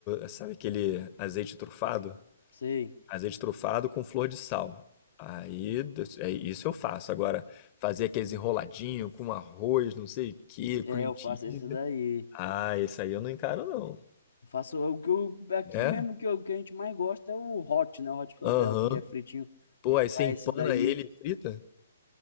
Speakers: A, on the left; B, on the left.
A: sabe aquele azeite trufado?
B: Sei.
A: Azeite trufado com flor de sal. Aí, des- é isso eu faço. Agora, fazer aqueles enroladinho com arroz, não sei o que, cream
B: É, eu
A: cheese.
B: faço esse daí.
A: Ah, esse aí eu não encaro, não.
B: Eu Faço o que eu, aqui
A: É?
B: mesmo que, eu- que a gente mais gosta é o hot, né? O hot Philadelphia,
A: Aham.
B: que é fritinho.
A: Pô,
B: A gente
A: aí você
B: faz
A: empana
B: esse daí,
A: ele e frita?